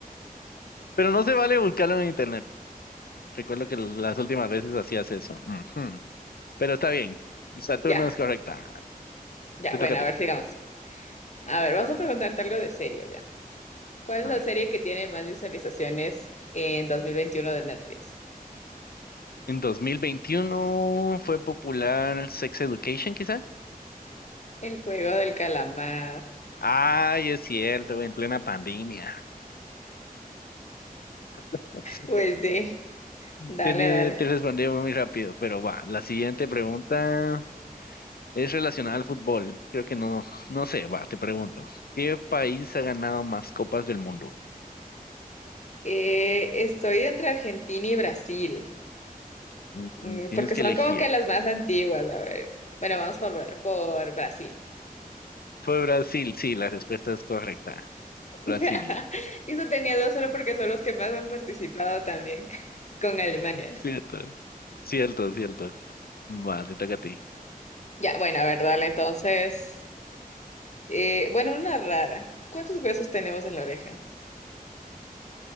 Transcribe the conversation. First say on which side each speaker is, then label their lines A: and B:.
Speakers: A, on the left; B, on the left.
A: Pero no se vale buscarlo en internet. Recuerdo que las últimas veces hacías eso. Ujú. Pero está bien. Saturno
B: Ya,
A: es correcta.
B: Ya,
A: Te
B: bueno,
A: toca a ti.
B: a ver, sigamos. A ver, vamos a preguntarte algo de serio ya. ¿Cuál es
A: A
B: la
A: ver.
B: serie que tiene más visualizaciones en 2021 de Netflix?
A: En 2021 fue popular Sex Education, quizá.
B: El juego del calamar.
A: Ay, es cierto, en plena pandemia. <laughs> Sí.
B: Pues sí, dale,
A: Tenía-
B: dale.
A: te respondí muy rápido, pero va. La siguiente pregunta. Es relacionada al fútbol. Creo que no, no sé, va, te pregunto. ¿Qué país ha ganado más copas del mundo?
B: Eh, estoy entre Argentina y Brasil,
A: Mm,
B: Mm,
A: mm, Tienes
B: porque
A: que
B: son
A: elegir.
B: como que las más antiguas. A ver, bueno, vamos por, Bra- por Brasil.
A: Fue Brasil, sí, la respuesta es correcta. Brasil.
B: <laughs> Y eso tenía dos solo porque son los que más han participado también con Alemania.
A: <laughs> Cierto, cierto, cierto. Va, te toca a ti.
B: Ya, bueno, a ver, dale, entonces. Eh, bueno, una rara. ¿Cuántos huesos tenemos en la oreja?